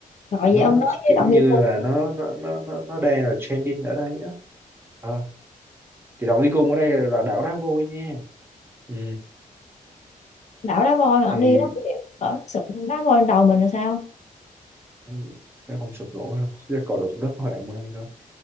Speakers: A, on the left (about 50°); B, on the right (about 15°).
A: rồi
B: để
A: vậy
B: nó
A: ông nói với
B: kiểu
A: động
B: như
A: viên cung
B: là nó nó nó nó, nó đang là trending ở đây đó Ờ, thì động đi cùng ở đây là đảo đá vôi nha ừ
A: đảo đá voi hả? ông
B: thì
A: đi đó bị- đổ nó sụp đá voi lên đầu mình là sao
B: ừ, chắc không sụp nổi đâu chắc cò đụng đất hoẹ mây đâu